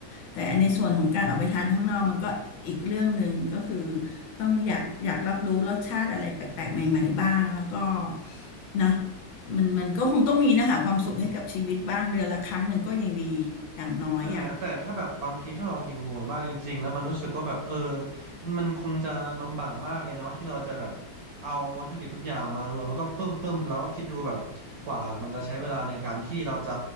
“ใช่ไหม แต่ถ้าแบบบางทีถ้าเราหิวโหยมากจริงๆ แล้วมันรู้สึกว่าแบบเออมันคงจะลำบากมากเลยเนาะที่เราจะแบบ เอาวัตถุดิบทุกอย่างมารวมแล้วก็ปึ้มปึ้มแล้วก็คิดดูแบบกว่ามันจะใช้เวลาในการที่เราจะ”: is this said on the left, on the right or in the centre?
Right